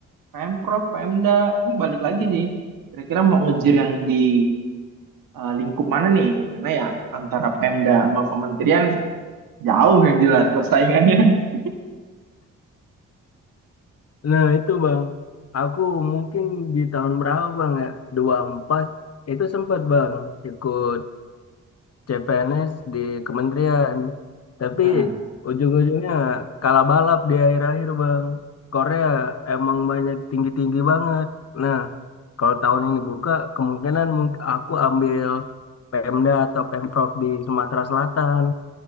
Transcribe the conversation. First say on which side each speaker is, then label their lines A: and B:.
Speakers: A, on the right; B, on the left.
A: Pemprov, Pemda. Ini balik lagi sih. Kira-kira mau ngejar yang di eh, lingkup mana nih? Karena ya antara Pemda sama kementerian jauh yang jelas persaingannya. <laughs>
B: Nah itu Bang, aku mungkin di tahun berapa Bang ya? 24 itu sempat Bang ikut CPNS di kementerian. Tapi
A: Nah,
B: ujung-ujungnya kalah balap di akhir-akhir, Bang. Korea emang banyak tinggi-tinggi banget. Nah, kalau tahun ini buka, kemungkinan mung- aku ambil Pemda atau Pemprov di Sumatera Selatan.